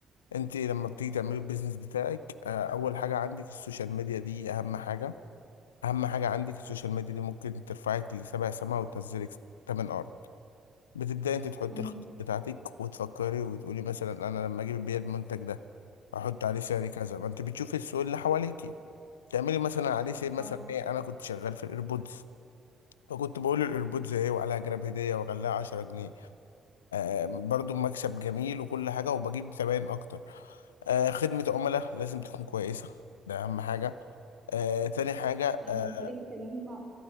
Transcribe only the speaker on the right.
امم
اه
يعني
دي طريقة كلامي مع